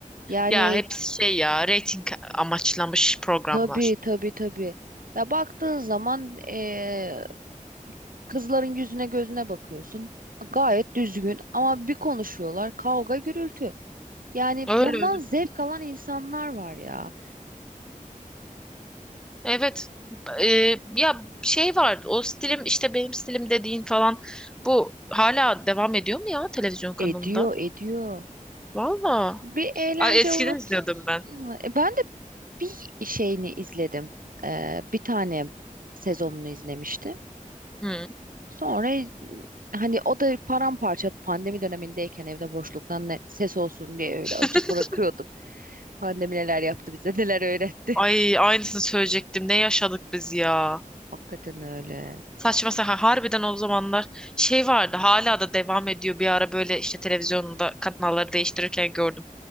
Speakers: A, on the right; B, in the centre.
A: Yani
B: Ya hepsi şey ya reyting amaçlamış programlar.
A: tabii tabii tabii. Ya baktığın zaman e, Kızların yüzüne gözüne bakıyorsun. Gayet düzgün ama bir konuşuyorlar kavga gürültü. Yani
B: Öyle
A: bundan
B: öyle.
A: zevk alan insanlar var ya.
B: Evet. Ee, ya şey var o stilim işte benim stilim dediğin falan bu hala devam ediyor mu ya televizyon kanalında?
A: Ediyor ediyor.
B: Valla.
A: Bir eğlence
B: Ay, eskiden
A: alanı
B: izliyordum ben.
A: E, ben de bir şeyini izledim. Ee, bir tane sezonunu izlemiştim.
B: Hı.
A: Sonra e, hani o da paramparça pandemi dönemindeyken evde boşluktan ne ses olsun diye öyle
B: <laughs>
A: açıp bırakıyordum. Pandemi neler yaptı bize neler öğretti.
B: Ay aynısını söyleyecektim. Ne yaşadık biz ya.
A: <laughs> Hakikaten öyle.
B: Saçma sapan harbiden o zamanlar şey vardı hala da devam ediyor bir ara böyle işte televizyonda kanalları değiştirirken gördüm.